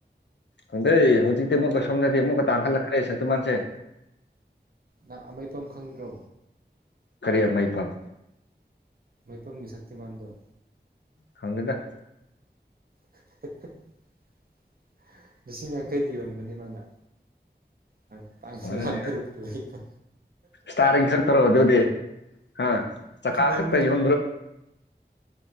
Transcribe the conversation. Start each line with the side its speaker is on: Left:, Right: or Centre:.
Left: ꯍꯗꯦ ꯍꯧꯖꯤ ꯀꯦꯃ ꯀ ꯁꯣꯝꯗꯗꯤ ꯑꯃꯛꯀꯥꯟꯈꯠꯂꯛꯈ꯭ꯔꯦ ꯁꯛꯇꯤꯟꯁꯦ
Right: ꯅ ꯑꯃꯐꯝꯝ ꯈꯪꯗ꯭ꯔꯣ
Left: ꯀꯔꯤ ꯑꯃꯥꯏ ꯄꯝ
Right: ꯃꯩꯐꯝꯝꯒꯤ ꯁꯛꯇꯤ ꯃꯥꯟꯗꯣ
Left: ꯈꯪꯒꯗ
Right: <inaudible> ꯂꯤꯁꯤꯡ ꯌꯥꯡꯈꯩꯗꯤ ꯌꯣꯟꯕꯅꯤ ꯃꯥꯅ ꯅꯪ
Left: ꯎꯝ
Right: ꯂꯥꯛ ꯇꯔꯨꯛ ꯂꯩꯕ
Left: ꯁꯇ ꯆꯠꯇꯔꯣꯗ ꯍꯥ ꯆꯀꯥꯈꯛ
Right: ꯅꯪꯃꯨꯛ
Left: ꯇꯒꯤꯟꯣ